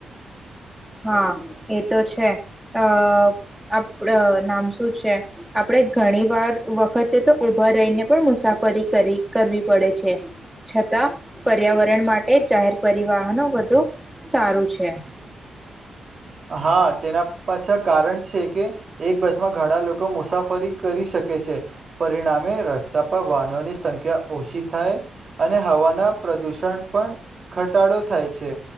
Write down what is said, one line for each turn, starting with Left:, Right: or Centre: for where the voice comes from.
Centre: હા એ તો છે અ આપ નામ શું છે આપણેે ઘણી વાર વખતે તો ઊભા રહીને પણ મુસાફરી કરી કરવી પડે છે છતાં પર્યાવરણ માટે જાહેર પરિવાહનો વધુ સારું છે.
Right: હા તેના પાછા કારણ છે કે એક બસમાં ઘણા લોકો મુસાફરી કરી શકે છે પરિણામે રસ્તા પર વાહનોની સંખ્યા ઓછી થાય અને હવાના પ્રદુષણ પણ ઘટાડો થાય છે